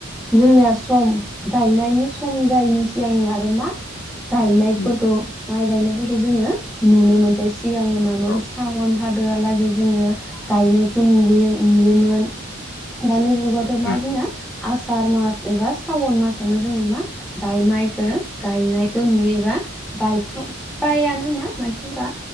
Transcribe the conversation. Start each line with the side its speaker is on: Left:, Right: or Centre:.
Centre: जोंनिया सम गायनायनि सम जायैनि सिगां आरो मा गायनायफोरखौ
Left: उम
Centre: माइ गायनो। जोङो नुनो मोनसै। सिगाङो मामोन
Left: औ
Centre: साव भादोरालागै जोङो गायनायखौ नु नुयोमोन दानि जुगाव
Left: उम
Centre: जोंना। आसार मास एबा सावन मासावनो जोंनि मा गायनायखौ गायनाय नुयोबा गायखां प्रायानो मा मानसिफोरा